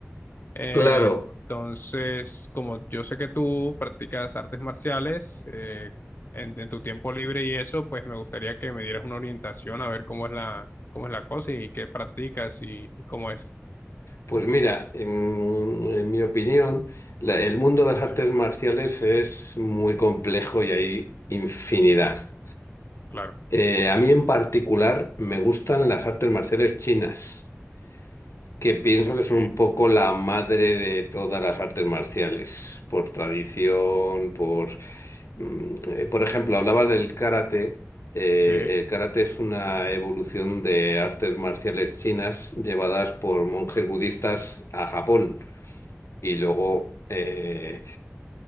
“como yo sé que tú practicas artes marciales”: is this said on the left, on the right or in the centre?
Left